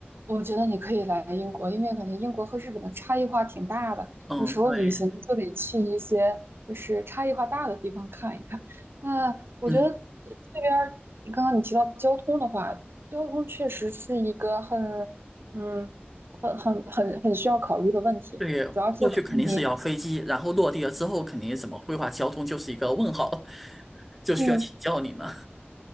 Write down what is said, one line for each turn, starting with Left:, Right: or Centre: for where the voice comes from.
Right: 我觉得你可以来英国，因为感觉英国和日本的差异化挺大的。
Centre: 嗯，
Right: 有时候旅行就得去一些就是差异化大的地方看一看。
Centre: 对，
Right: 那我觉得这边儿，
Centre: 嗯，
Right: 你刚刚你提到交通的话，交通确实是一个很嗯很很很需要考虑的问题，
Centre: 对，
Right: 主要是看你。
Centre: 过去肯定是要飞机，然后落地了之后，肯定怎么规划交通就是一个问号，<laughs> 就需要请教你呢。
Right: 嗯。